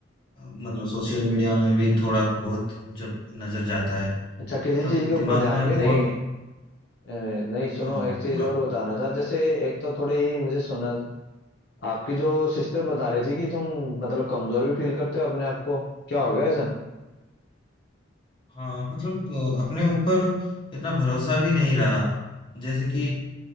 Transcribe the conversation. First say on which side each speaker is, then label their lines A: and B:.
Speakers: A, on the left; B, on the left.
A: अ, मतलब सोशल मीडिया में भी थोड़ा बहुत जब नजर जाता है
B: अच्छा किसी
A: तब
B: चीज के ऊपर
A: दिमाग
B: ध्यान
A: में और
B: भी नहीं अ, नहीं सुनो
A: हाँ
B: एक चीज
A: मतलब
B: और बताना था जैसे एक तो थोड़ी ही मुझे सुना आपकी जो सिस्टर बता रही थी कि तुम मतलब कमजोर भी फील करते हो अपने आप को क्या हो गया ऐसा
A: हाँ मतलब अ, अपने ऊपर इतना भरोसा भी नहीं रहा जैसे कि